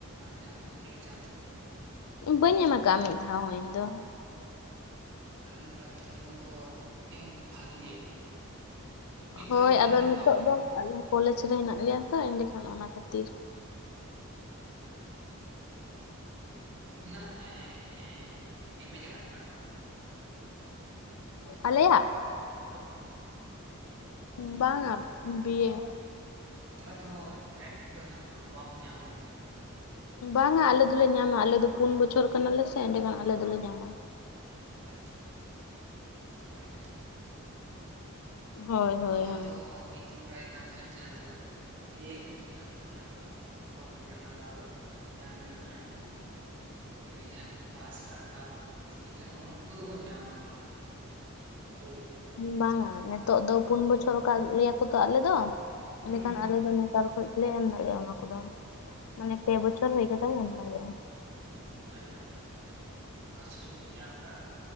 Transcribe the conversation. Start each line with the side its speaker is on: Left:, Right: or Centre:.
Right: ᱡᱟᱦᱟᱸ ᱫᱚ ᱱᱟᱜ ᱮᱠᱡᱟᱢ ᱛᱟᱵᱚᱱ
Left: ᱵᱟᱹᱧ ᱮᱢ ᱟᱠᱟᱫᱼᱟ ᱢᱤᱫ ᱫᱷᱟᱣ ᱦᱚᱸ ᱤᱧ ᱫᱚ
Right: ᱟᱹᱰᱤ ᱱᱟᱯᱟᱭ ᱠᱟᱛᱷᱟ ᱱᱚᱣᱟ ᱠᱚᱫᱚ ᱮᱢ ᱵᱷᱟᱹᱜᱤᱭᱟ ᱢᱤᱫ
Left: ᱦᱳᱭ
Right: ᱫᱷᱟᱣ ᱫᱚ ᱡᱟᱦᱟᱱᱟᱜ
Left: ᱟᱫᱚ ᱱᱤᱛᱚᱜ
Right: ᱵᱟᱝ ᱦᱩᱭᱩᱜᱼᱟ᱾
Left: ᱫᱚ ᱟᱞᱮ ᱠᱚᱞᱮᱡᱽ ᱨᱮ ᱦᱮᱱᱟᱜ ᱞᱮᱭᱟ ᱛᱚ ᱮᱸᱰᱮᱠᱷᱟᱱ ᱚᱱᱟ ᱠᱷᱟᱹᱛᱤᱨ
Right: ᱢᱟᱱᱮ ᱱᱤᱛᱚᱜ ᱫᱚ ᱱᱟᱱᱟᱜ <unintelligible> ᱮᱢᱮ ᱪᱟᱞᱟᱜ ᱠᱟᱱᱟ ᱛᱚ
Left: ᱟᱞᱮᱭᱟᱜ
Right: ᱦᱳᱭ
Left: ᱵᱟᱝᱟ ᱵᱤᱭᱮ
Right: ᱛᱟᱦᱚᱞᱮ ᱫᱚ ᱱᱮᱴ ᱫᱚ ᱦᱟᱸᱜ ᱟᱢ ᱵᱟᱢ ᱧᱟᱢ ᱮᱫᱟ
Left: ᱵᱟᱝᱟ ᱟᱞᱮ ᱫᱚᱞᱮ ᱧᱟᱢᱟ ᱟᱞᱮ ᱫᱚ ᱯᱩᱱ ᱵᱚᱪᱷᱚᱨ ᱠᱟᱱᱟᱞᱮ ᱥᱮ ᱮᱸᱰᱮᱠᱷᱟᱱ ᱟᱞᱮ ᱫᱚᱞᱮ ᱧᱟᱢᱟ
Right: ᱟᱪᱪᱷᱟ ᱱᱟᱯᱟᱭ ᱠᱟᱛᱷᱟ
Left: ᱦᱳᱭ ᱦᱳᱭ
Right: ᱵᱟᱠᱷᱟᱱ
Left: ᱦᱳᱭ
Right: ᱫᱚ <unintelligible> ᱠᱤᱧ ᱵᱟᱲᱟᱭ ᱠᱟᱱ ᱛᱟᱦᱮᱸᱫ ᱡᱟᱦᱟᱸ ᱫᱚ ᱵᱤᱭᱮ ᱠᱚᱫᱚ ᱦᱸᱟᱜ ᱚᱱᱟ ᱠᱚᱫᱚ ᱵᱟᱠᱚ ᱧᱟᱢᱟ ᱫᱟᱣ ᱫᱚ ᱡᱫᱱᱟ <unintelligible> ᱮᱢ ᱮ ᱡᱟᱦᱟᱸᱭ ᱠᱚ ᱯᱟᱥ ᱟᱠᱟᱫ ᱵᱟᱝᱠᱚ ᱵᱷᱚᱨᱛᱤ ᱟᱠᱟᱱᱟ ᱩᱱᱠᱩ ᱫᱚᱵᱚᱱ ᱧᱟᱢᱟ ᱱᱚᱣᱟ ᱠᱚᱫᱚ ᱫᱩᱲᱩᱵ
Left: ᱵᱟᱝᱼᱟ ᱱᱤᱛᱚᱜ ᱫᱚ ᱯᱩᱱ ᱵᱚᱪᱷᱚᱨ ᱟᱠᱟᱫ ᱞᱮᱭᱟᱠᱚ ᱛᱚ ᱟᱞᱮ ᱫᱚ
Right: ᱦᱩᱸ
Left: ᱮᱱᱮᱠᱷᱟᱱ
Right: ᱦᱩᱸ
Left: ᱟᱞᱮ ᱫᱚ ᱱᱮᱛᱟᱨ ᱠᱷᱚᱡ ᱜᱮᱞᱮ ᱮᱢ ᱫᱟᱲᱮᱭᱟᱜᱼᱟ ᱚᱱᱟ ᱠᱚᱫᱚ ᱢᱟᱱᱮ ᱯᱮ ᱵᱚᱪᱷᱚᱨ ᱦᱩᱭ ᱠᱟᱛᱮ ᱞᱮ ᱮᱢ ᱫᱟᱲᱮᱭᱟᱜᱼᱟ
Right: ᱦᱮᱸ ᱟᱹᱰᱤ ᱱᱟᱯᱟᱭ ᱫᱟ ᱥᱩᱡᱳᱜᱽ ᱵᱤᱱ ᱧᱟᱢ ᱟᱠᱟᱫᱟᱼᱟ